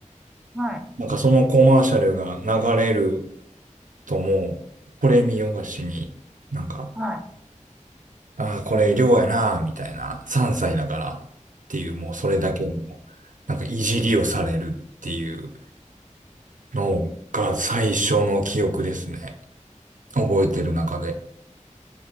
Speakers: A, in the centre; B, on the right.
A: はい。
B: なんかそのコマーシャルが流れるともう、これ見よがしに、なんか、
A: はい。
B: ああ、これ量やな、みたいな、3歳だからっていう、もうそれだけの、なんかいじりをされるっていうのが最初の記憶ですね。覚えてる中で。